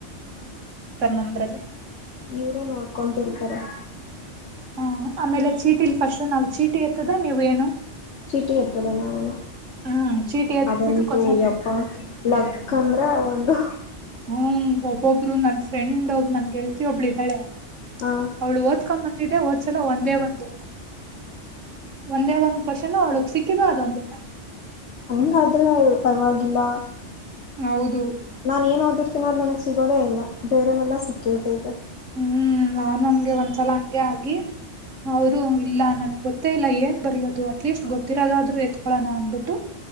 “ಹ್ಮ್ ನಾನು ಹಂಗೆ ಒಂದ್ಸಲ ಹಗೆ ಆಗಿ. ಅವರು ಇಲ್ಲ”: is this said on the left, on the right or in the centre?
Right